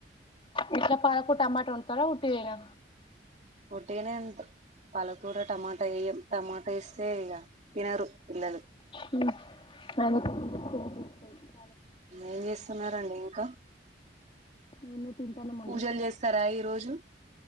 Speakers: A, on the left; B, on the right.
A: ఏట్లా పాలకు టమాట ఒండతరా ఉట్టిదేనా
B: ఉట్టిగానె ఒండ్తా పాలకూర టమాటా ఏయన్ టమాటా ఏస్తే ఇగ తినరు పిల్లలు
A: అ <unintelligible>
B: ఏం చేస్తున్నరండి ఇంకా
A: మేమే తింటాన్నామండి
B: పూజలు చేస్తారా ఈరోజు.